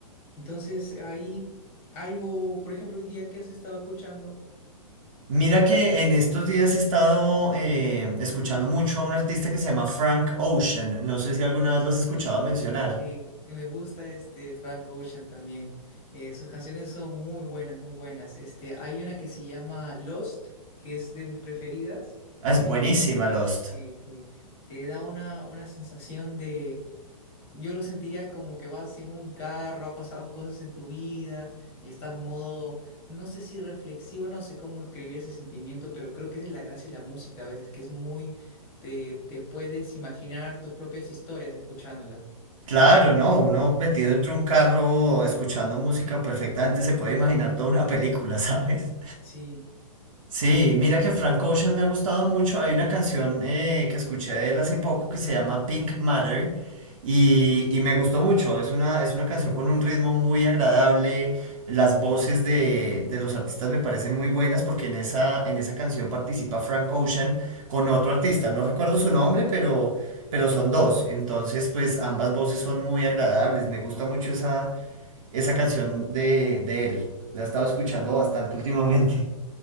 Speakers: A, on the left (about 25°); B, on the right (about 60°).
A: entonces ahí algo, por ejemplo, hoy día que has estado escuchando.
B: Mira que en estos días he estado eh, escuchando mucho a un artista que se llama Frank Ocean, no sé si alguna vez lo has escuchado
A: Sí,
B: mencionar.
A: sí, y me gusta este Frank Ocean también. Eh, sus canciones son muy buenas, muy buenas. Este, hay una que se llama Lost, que es de mis preferidas.
B: Ah, Es
A: Eh,
B: buenísima
A: eh,
B: Lost.
A: sí, sí. Te da una, una sensación de... Yo lo sentiría como que vas en un carro, ha pasado cosas en tu vida y estás modo, no sé si reflexivo, no sé cómo escribir ese sentimiento, pero creo que esa es la gracia de la música a veces, que es muy, te, te puedes imaginar tus propias historias escuchándola.
B: Claro, no, uno metido entre un carro escuchando música perfectamente se puede imaginar toda una película, <laughs> ¿sabes?
A: Sí.
B: Sí, mira que Frank Ocean me ha gustado mucho. Hay una canción eh, que escuché de él hace poco que se llama Pink Matter y, y me gustó mucho. Es una, es una canción con un ritmo muy agradable. Las voces de, de los artistas me parecen muy buenas porque en esa, en esa canción participa Frank Ocean con otro artista. No recuerdo su nombre, pero, pero son dos. Entonces, pues ambas voces son muy agradables. Me gusta mucho esa, esa canción de, de él. La he estado escuchando
A: Mm.
B: bastante últimamente.